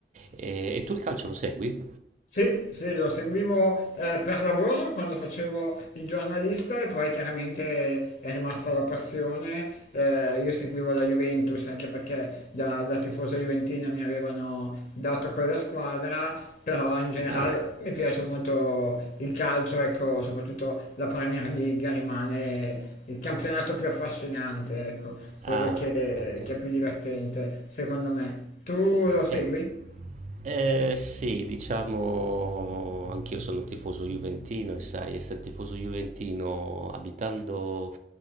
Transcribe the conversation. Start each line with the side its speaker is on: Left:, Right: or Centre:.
Right: e, e tu il calcio lo segui?
Left: Sì, sì, lo seguivo eh, per lavoro quando facevo il giornalista e poi chiaramente è rimasta la passione. Eh, io seguivo la Juventus anche perché da, da tifoso juventino mi avevano dato quella squadra, però in generale
Right: Ah,
Left: mi piace molto il calcio, ecco, soprattutto la Premier League rimane il campionato più affascinante, ecco, quello
Right: ah,
Left: che
Right: ok.
Left: che è più divertente, secondo me. Tu lo segui?
Right: Eh, eh, sì, diciamo, anch'io sono un tifoso juventino e sai, essere tifoso juventino abitando